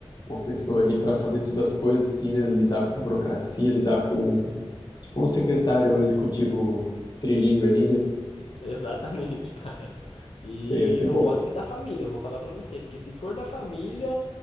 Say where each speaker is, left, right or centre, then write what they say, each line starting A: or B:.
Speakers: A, on the left; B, on the left.
A: uma pessoa ali para fazer todas as coisas assim, né? Lidar com burocracia, lidar com tipo um secretário executivo trilingue ali, né?
B: Exatamente, <laughs> cara. E
A: Isso aí ia ser
B: não
A: bom.
B: pode ser da família, eu vou falar pra você, porque se for da família,